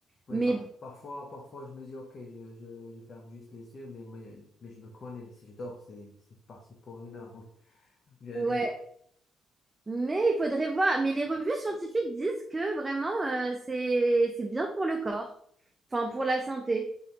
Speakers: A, on the left; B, on the right.
A: Oui,
B: mais
A: par, parfois, parfois, je me dis, OK, je, je, je ferme juste les yeux, mais, mais, mais je me connais. Si je dors, c'est c'est parti pour une heure. <laughs> Ou bien
B: ouais. Mais il faudrait voir. Mais les revues scientifiques disent que vraiment, euh, c'est c'est bien pour le corps. Enfin, pour la santé.